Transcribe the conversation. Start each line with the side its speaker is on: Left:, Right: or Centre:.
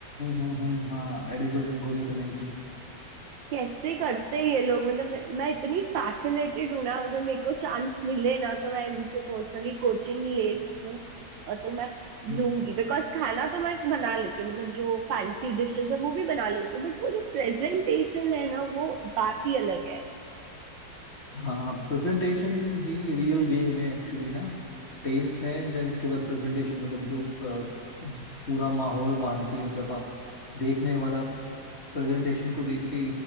Left: हम्म हम्म हाँ एडिबल रंगोली बनाई थी
Right: कैसे करते हैं ये लोग मतलब मैं मैं इतनी फैसिनेटेड हूँ ना अगर मेरे को चांस मिले ना तो मैं इनसे पर्सनली कोचिंग ले सकूँ अ, तो मैं
Left: हम्म,
Right: लूंगी बिकॉज खाना तो मैं बना लेती हूँ मतलब जो फैंसी डिशेस है वो भी बना लेती हूँ बट वो जो प्रेजेंटेशन है ना वो बात ही अलग है
Left: हाँ प्रेजेंटेशन ही रियल गेम है एक्चुअली ना टेस्ट है देन उसके बाद प्रेजेंटेशन मतलब जो अ, पूरा माहौल बांधती है मतलब आप देखने वाला प्रेजेंटेशन को देख के